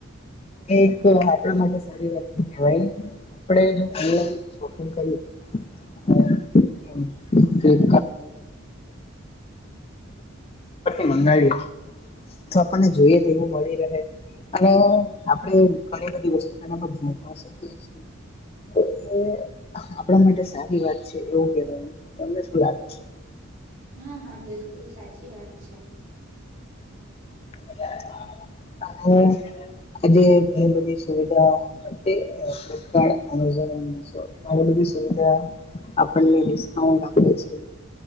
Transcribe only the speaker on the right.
હા, હા, બિલકુલ સાચી વાત છે.